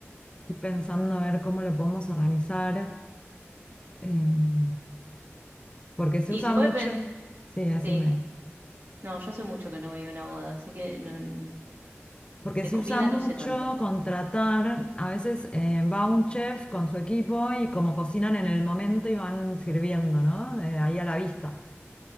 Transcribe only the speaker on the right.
y
se puede
pensar,
sí, no, yo hace mucho que no voy a una boda, así que no-
de
comida
no sé tanto.